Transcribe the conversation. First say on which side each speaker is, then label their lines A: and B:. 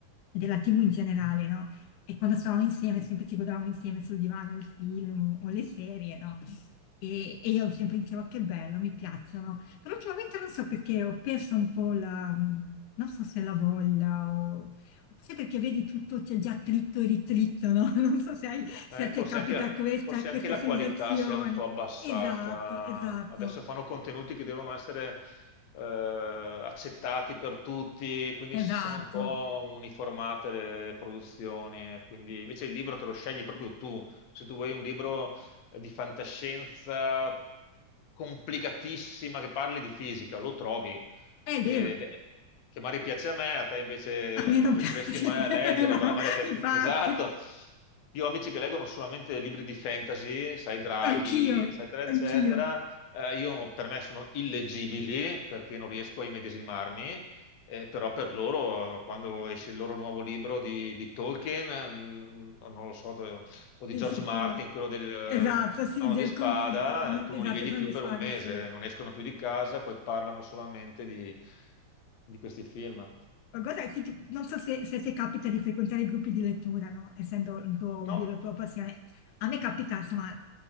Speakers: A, on the left; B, on the left.
A: Della TV in generale, no? E quando stavamo insieme sempre ci godavamo insieme sul divano il film o le serie, no? E, e io sempre dicevo che bello, mi piacciono, però ultimamente non so perché ho perso un po' la, non so se la voglia o, o forse perché vedi tutto c'è già tritto e ritritto, no? <laughs> Non so se, hai- se
B: Eh,
A: a
B: forse
A: te capita
B: anche la,
A: questa,
B: forse
A: questa
B: anche la
A: sensazione.
B: qualità si è un po' abbassata.
A: Esatto, esatto,
B: Adesso fanno contenuti che devono essere eh, accettati per tutti, quindi
A: esatto.
B: si sono un po' uniformate le produzioni. eh. Quindi invece il libro te lo scegli proprio tu. Se tu vuoi un libro eh, di fantascienza complicatissima che parli di fisica, lo trovi
A: È
B: e-
A: vero,
B: che magari piace a me, a te invece
A: a me
B: non
A: non
B: riusciresti
A: piace,
B: mai
A: <laughs>
B: a leggerlo,
A: no?
B: però magari a te...
A: Infatti,
B: Esatto. Io ho amici che leggono solamente libri di fantasy, sai, Draghi,
A: anch'io,
B: eccetera, eccetera.
A: anch'io,
B: Eh, io per me sono illeggibili perché non riesco a immedesimarmi, eh, però per loro, eh, quando esce il loro nuovo libro di, di Tolkien, eh, n- non lo so, de- o di
A: sì,
B: George
A: si
B: Martin,
A: può.
B: quello del,
A: Esatto, sì,
B: sono
A: del
B: di spada,
A: con-
B: tu
A: esatto,
B: non li vedi
A: sono
B: più
A: le
B: per
A: squadre,
B: un mese,
A: sì.
B: non escono più di casa e poi parlano solamente di, di questi film.
A: Ma Guarda, sì, ti- non so se, se, se capita di frequentare i gruppi di lettura, no? Essendo il tuo hobby,
B: No,
A: la tua passione. A me capita, insomma,